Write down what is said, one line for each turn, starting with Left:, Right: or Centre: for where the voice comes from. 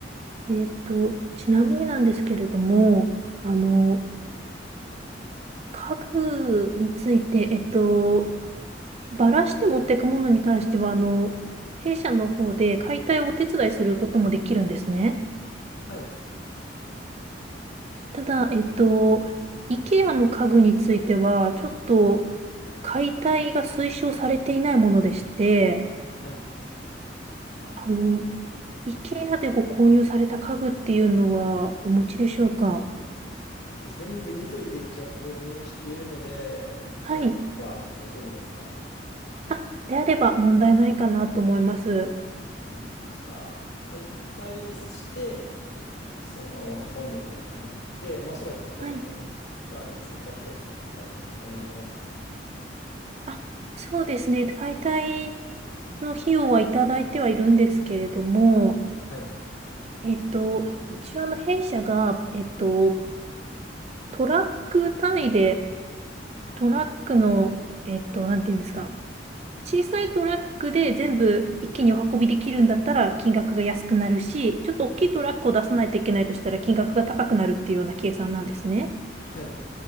Right: えっと、ちなみになんですけれども、あの、家具について、えっと、バラして持っていくものに関しては、あの、弊社の方で解体をお手伝いすることもできるんですね。
Left: はい、
Right: ただ、えっと、IKEA の家具については、ちょっと解体が推奨されていないものでして、
Left: はい。あ
Right: あの、
Left: あ、えっ
Right: IKEA でご購入された家具っていうのはお持ちでしょうか
Left: と、全部ニトリで一応購入しているので、そちらの方は大丈夫ですかね。
Right: はい。あ、であれば問題ないかなと思います。
Left: かしこまりました。解体して、その運んでいただくのって、まあ、おそらく解体に関わる追加費用とかって多分必要になりますよね。
Right: はい。あ、そうですね。解体の費用はいただいてはいるんですけれども、
Left: はい。
Right: えっと、一応あの弊社が、えっと、トラック単位で、トラックの、えっと、なんていうんですか、小さいトラックで全部一気にお運びできるんだったら金額が安くなるし、ちょっと大きいトラックを出さないといけないとしたら金額が高くなるっていうような計算なんですね。
Left: うんはい。